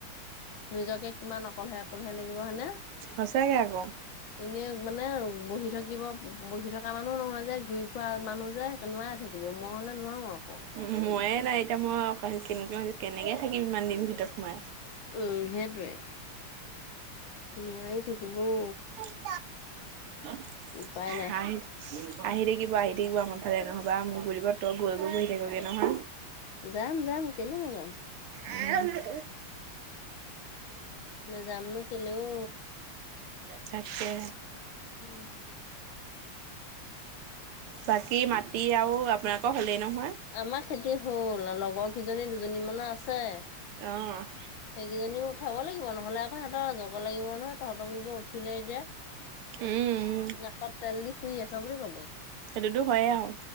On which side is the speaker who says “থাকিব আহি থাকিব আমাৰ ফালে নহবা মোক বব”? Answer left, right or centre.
Right